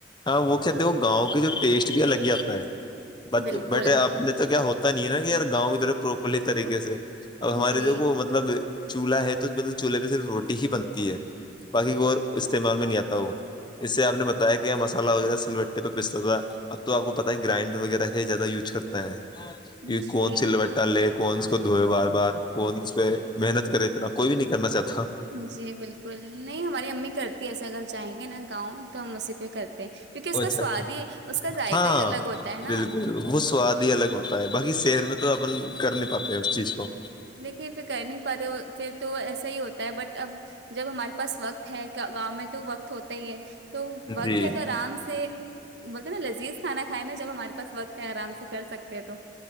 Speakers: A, on the left; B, on the right.
A: ہاں وہ کیا دیکو گاؤں کے جو ٹیسٹ بھی الگ ہی آتا ہے
B: بالکل
A: بیٹے آپ نے تو کیا ہوتا نہیں ہے نا کہ یار گاؤں کی طر پروپرلی طریقے سے ا ہماریے
B: جی
A: مطلب چولہا ہے توطلب چولہے پہ صرف روٹی ہی بنتی ہے باقی کو استعمال میں نہیں آتا اس سے آپ نے بتایا کہ یہ مسالہ وغیرہ سل بٹے پہ پستا تھا اب تو آپ کو پتا ہے گرائنڈر وغیرہ کا زیادہ یوز کرتا ہے کہ
B: جی
A: کون سی ل ٹالے کون اس کو دھوئے بار بار کون اس پہ محنت کرے اتنا کوئی بھی نہیں کرنا چاہتا
B: جی بالکل نہیں ہماری امی کرتی ہے ایسے اگر چاہیں گے نا گاؤں تو ہم اسے کرتے ہیں کیونکہ
A: چاہتا
B: اس کا سواد ہی اس کا ذائقہ
A: ہاں
B: ہی الگ ہوتا ہے
A: بالکل
B: نا
A: وہ سواد ہی الگ ہوتا ہے باقی شہر میں تو اپن کر نہیں پاتے ہیں اس چیز کو
B: دیکھیے یہ پھر کہہ نہیں پاتے پھر تو ایسا ہی ہوتا ہے بٹ اب جب ہمارے پاس وقت ہے گاؤں میں تو وقت ہوتا ہی ہے تو وقت
A: جی
B: ہے تو آرام سے بولتے نا لذیذ کھانا کھائے نا جب ہمارے پاس وقت ہے آرام سے کر سکتے ہیں تو